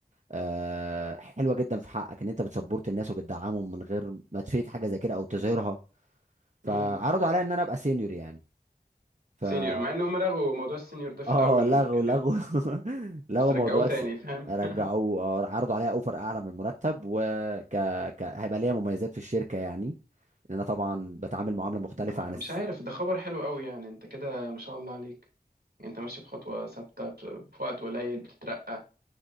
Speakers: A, on the right (about 45°); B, on the right (about 75°).
A: آه، حلوه جدا في حقك ان انت بتسبورت الناس وبتدعمهم من غير ما تفيك حاجه زي كده او تظهرها فعرضوا
B: اه
A: عليا ان انا ابقى سينيور يعني ف
B: سينيور
A: <laughs>
B: مع ان هم رغوا موضوع السينيور ده في
A: اه
B: الاول
A: لغوا
B: لما اتكلمنا
A: لغوا <laughs> لغوا
B: بس رجعوه
A: موضوع
B: تاني
A: الس...
B: فاهم <laughs>
A: رجعوه آه، عرضوا عليا اوفر اعلى من المرتب وك ك... هيبقى ليا مميزات في الشركه يعني لان انا طبعا بتعامل معامله مختلفه
B: ما-
A: عن
B: مش
A: الس...
B: عارف ده خبر حلو قوي يعني انت كده ما شاء الله عليك يعني انت ماشي بخطوة ثابتة ب- في وقت قليل بتترقى